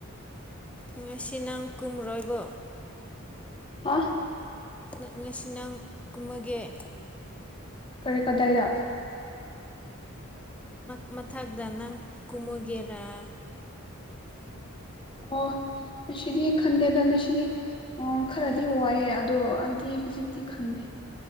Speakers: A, in the centre; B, on the left (about 20°).
A: ꯉꯁꯤ ꯅ ꯀꯨꯝꯔꯣꯏꯕꯣ
B: ꯍꯥ
A: ꯉꯁꯤ ꯅꯪ ꯀꯨꯝꯃꯒꯦ
B: ꯈꯔ ꯀꯗꯥꯏꯗ ꯃ ꯃ ꯆꯃꯒꯦꯔꯒ
A: ꯃꯊꯛꯇ ꯅꯪ ꯀꯨꯝꯃꯒꯦꯔꯥ
B: ꯑꯣ ꯅ ꯁꯤꯗꯤ ꯈꯟꯗꯦꯗ ꯅ ꯁꯤꯗꯤ ꯑꯣ ꯈꯔꯗꯤ ꯋꯥꯏꯑꯦ ꯑꯗꯣ ꯑꯩꯗꯤ ꯈꯖꯤꯛꯇꯤ ꯈꯟꯗꯦ